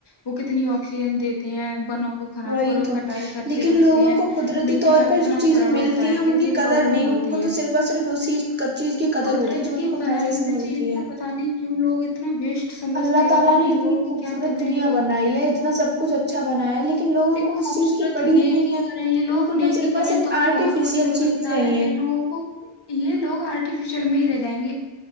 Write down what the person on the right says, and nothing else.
وہی
تو
لیکن
لوگوں
کو قدرتی
طور
پر
جو چیزیں
ملتی
ہیں
ان
کی قدر
نہیں ان
کو
تو صرف اور صرف اسی چیز کی قدر
ہوتی ہے جو ان
کو
پیسے
سے ملتی
ہے
اللہ
تعالی
نے
اتنی
خوبصورت
دنیا
بنائی ہے اتنا سب کچھ اچھا بنایا ہے لیکن لوگوں
کو اس
چیز کی پڑی ہی
نہیں ہے
ان کو
تو صرف
اور صرف
آرٹیفیشیل
چیز چاہیے